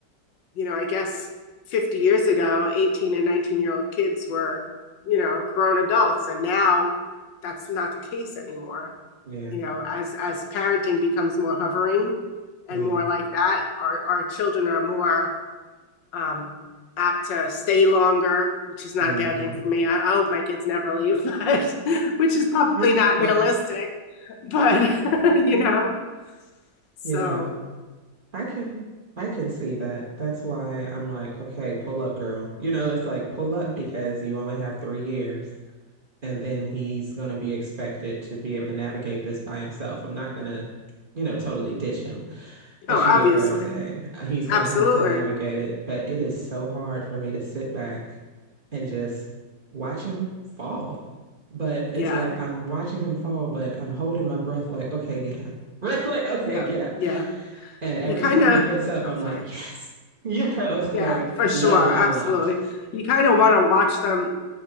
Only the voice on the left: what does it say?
you know, I guess 50 years ago, 18 and 19 year old kids were, you know, grown adults. And now that's not the case anymore.
You know, as as parenting becomes more hovering
and more like that, our our children are more um, apt to stay longer, which is not
a bad thing for me. I, I hope my kids never leave, but <laughs> which is probably
not
realistic. But <laughs> you know, so
oh, obviously,
absolutely,
yeah,
yeah,
yeah.
You kind
of,
I'm
sorry,
yeah,
for sure,
absolutely.
You kind of want to watch them